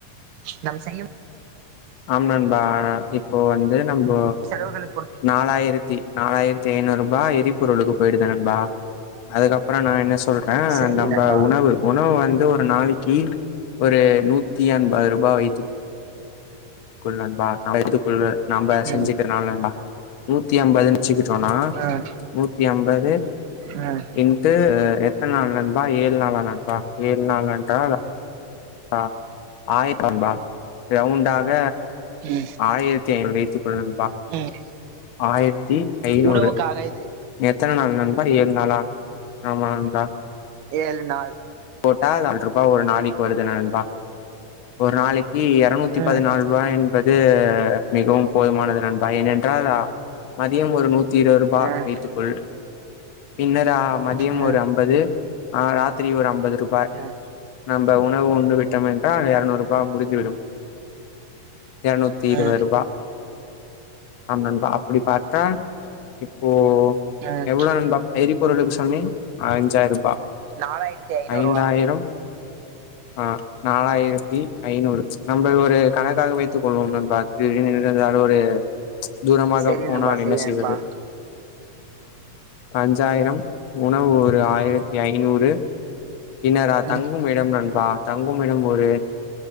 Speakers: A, on the right; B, on the left.
A: நம செய்யும்
B: ஆம்னன்பா இப்போ வந்து நம்ம
A: செலவுகளை பொறுத்து
B: நாலாயிரத்தி நாலாயிரத்தி ஐநூறு ரூபா் எரிபொருளுக்கு போயிடுது நண்பா அதுக்கப்புறம் நான் என்ன சொல்றேன்
A: சரி
B: நம்ம
A: நண்பா
B: உணவு உணவு வந்து ஒரு நாளைக்கு ஒரு நூத்தி ஐம்பது ரூபாய் வைத்து கொல் நண்பா எடுத்துக்கொள் நம்ப செஞ்சுக்கிரதுநல
A: ம்
B: நூத்தி ஐம்பது வச்சுக்கிட்டோனா
A: ம்
B: நூத்தி ஐம்பது
A: ம்
B: இன்டு எத்தனை நாள் நண்பா ஏழு நாலா நண்பா ஏழு நாள் என்றால் ஆ ஆயிரத்தபா ரவுண்டாக
A: ம்
B: ஆயிரத் ஐம்பது <unintelligible> நண்பா
A: ம்
B: ஆயிரத்தி ஐந்நூறு
A: உணவுக்காக இது
B: எத்தனை நாள் நண்பா ஆ ஏழு நாளா ஆமாடா
A: ஏலு நா
B: போட்டா நால ரூபாயா் ஒரு நாளைக்கு வருது நண்பா ஒரு நாளைக்கு இ இருரநூத்தி
A: ம்
B: பதினாலு ரூபாய் என்பது மிகவும் போதுமானது நண்பா ஏனென்றால் மதியம் ஒரு நூத்தி இருபது ரூபாய்
A: ம்
B: வைத்துக்கொள் பின்னர் மதியம்
A: ம்
B: ஒரு அம்பது ஆஹ் ராத்திரி ஒரு அம்பது து ரூபாய்
A: ம்
B: நம் உணவு உண்டு விட்டோம் என்றால் இருரநூறு ரூபாய் முடிந்துவிடும் இருரநூத்தி இருபது
A: ம்
B: ரூபாய் ஆ அப்படி பார்த்தா இப்போ
A: ம்
B: எவ்வளோ நண்பா எரி பொருளுக்கு சொன்னேன் அஞ்சாயிரம் ரூபா
A: நாலாயிரத்தி ஐநூறுவா
B: ஐந்தாயிரம் ஆ நாலாயிரத்தி ஐநூறு நம்ம ஒரு கணக்காக வைத்துக் கொள்வோம் நண்பா <unintelligible> ஒரு தூரமாகப்
A: சரி
B: போனால்
A: நண்பா சரி
B: என்ன செய்வது
A: நண்பா
B: அஞ்சாயிரம் உணவு ஒரு ஆயிரத்தி ஐநூறு இனரா தங்கும்
A: ம்
B: இடம் நண்பா தங்கும் இடம் ஒரு